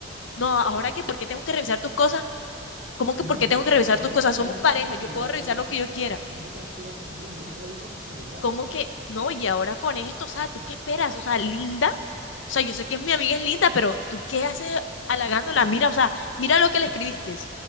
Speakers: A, on the left (about 85°); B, on the right (about 80°).
A: No, ahora que, ¿por qué tengo que revisar tus cosas? ¿Cómo
B: Sí,
A: que, por qué
B: yo
A: tengo
B: no,
A: que revisar
B: yo
A: tus cosas?
B: no reviso
A: Somos pareja,
B: en tu celular,
A: yo puedo revisar
B: tú no,
A: lo que yo quiera.
B: pero tú no confías en mí, yo no reviso tu celular.
A: ¿Cómo que, no, y ahora con esto, o sea, ¿tú qué esperas? O sea, linda, o sea, yo sé que mi amiga es linda, pero ¿tú qué haces halagándola? Mira, o sea, mira lo que le escribiste,